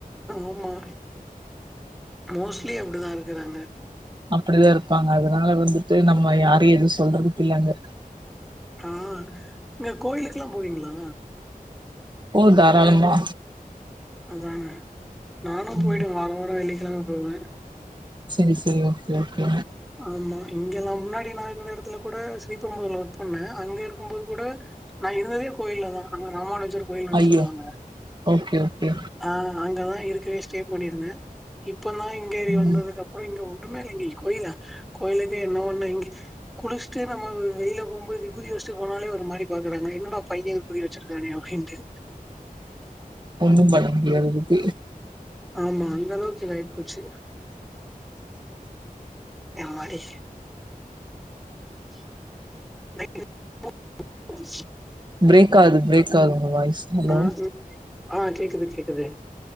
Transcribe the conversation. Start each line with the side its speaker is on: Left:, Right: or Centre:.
Centre: ஆமா மோஸ்ட்லி அப்டிதான் இருக்குறாங்க
Right: அப்பிடிதான் இருப்பாங்க அதனால வந்துட்டு நம்ம யாரையும் எதுவும் சொல்றதுக்கில்ல அங்க
Centre: ஆ என்ன கோயிலுக்குல்லாம் போவீங்களா
Right: ஓ தாராளமா
Centre: அதான நானும்
Right: ம்
Centre: போயி்டுவேன் வாரோ வாரம் வெள்ளிக்கிழம போவேன்
Right: சேரி சேரி ஓகே ஓகே
Centre: ஆமா இங்கே எல்லாம் முன்னாடி நான் இருந்த எடத்துல கூட ஸ்ரீபெரும்புதூர்ல ஒர்க் பண்ணேன் அங்க இருக்கும் போது கூட நான் இருந்ததே கோயில்ல தான் அங்க ராமானுஜர் கோவில்னு ஒன்னு
Right: ஐயோ
Centre: சொல்லுவாங்க
Right: ஓகே ஓகே
Centre: ஆ அங்கதான் இருக்கவே ஸ்டே பண்ணியிருந்தேன் இப்ப தான் இங்க ஏரி வந்ததுக்குப்
Right: ம்
Centre: அப்பறம் இங்க ஒண்ணுமே இல்ல இங்க கோயிலா கோயிலுக்கு என்ன ஒண்ணு இங்க குளிச்சுட்டு நம்ம வ வெளியில போகும்போ விபூதி வச்சிட்டு போனாலே ஒரு மாதிரி பாக்குறாங்க என்னடா பையன் விபூதி வச்சிருக்கானே அப்டின்ட்டு
Right: ஒண்ணும் பண்ண முடியாது அதுக்கு
Centre: ஆமா அந்த அளவுக்கு இதாகிப் போச்சு எம்மாடி <inaudible>
Right: ப்ரேக் ஆது ப்ரேக் ஆது உங்க வாய்ஸ் ஹலோ
Centre: ஆ சொல் ஆ கேக்குது கேக்குது